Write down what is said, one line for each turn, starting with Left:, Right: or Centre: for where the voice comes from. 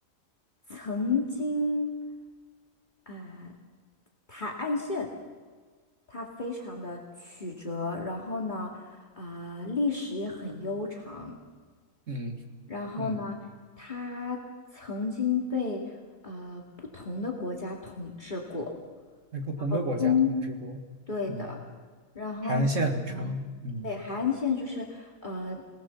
Left: 曾经啊、海岸线它非常的曲折，然后呢，啊、历史也很悠长，
Right: 嗯
Left: 然后呢，
Right: 嗯，
Left: 他曾经被呃不同的国家统治过，
Right: 在不同的国家统治过，
Left: 然后中，对的，
Right: 嗯，
Left: 然后呢嗯，
Right: 海岸线很长，嗯
Left: 对，海岸线就是呃